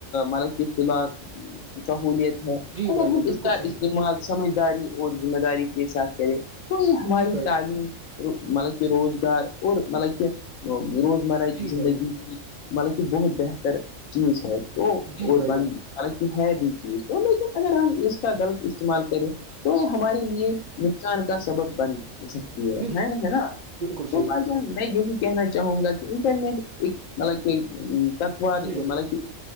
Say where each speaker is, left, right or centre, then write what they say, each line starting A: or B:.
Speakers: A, on the left; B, on the right.
A: ملب استعمال سہولیت ہے
B: جی
A: اگر
B: بھائی
A: ہم
B: جان جی بھائی جان
A: اس
B: بالکل
A: کا
B: صحیح
A: استعمال
B: کہا آپ نے
A: سمجھداری اور ذمہ داری کے ساتھ کرے تو یہ ہماری
B: جی بھائی
A: تعلیم
B: جان
A: مطلب کہ روزگار اور مطلب کہ روزمرہ کی
B: جی
A: زندگی
B: بھائی جان
A: مطلب کہ بہت بہتر چیز ہے وہ
B: جی
A: اور
B: بھائی
A: بند
B: جان
A: مطلب ہے بھی چیز تو لیکن اگر ہم اس کا غلط استعمال کریں تو یہ ہمارے لیے
B: جی
A: نقصان کا سبب بن سکتی ہے
B: بالکل
A: ہے نا ہے نا
B: بالکل صحیح
A: تو بھائی
B: کہا
A: چان میں یہی کہنا چاہوں گا کہ انٹرنیٹ ایک مطلب کہ تکوار
B: جی بھائی
A: مطلب کہ